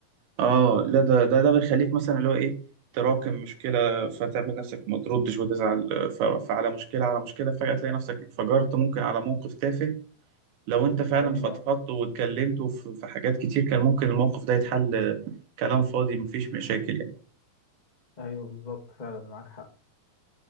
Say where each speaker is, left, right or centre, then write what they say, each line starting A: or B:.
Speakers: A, on the right; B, on the left.
A: اه لا ده ده ده بيخليك مثلا اللي هو ايه تراكم مشكله فتعمل نفسك ما تردش وتزعل آه، ف- فعلى مشكله على مشكله فجاه تلاقي نفسك انفجرت ممكن على موقف تافه لو انت فعلا
B: ايوه
A: فضفضت واتكلمت في في حاجات كتير كان ممكن الموقف ده يتحل آه، كلام فاضي مفيش مشاكل يعني
B: ايوه بالظبط فعلا معاك حق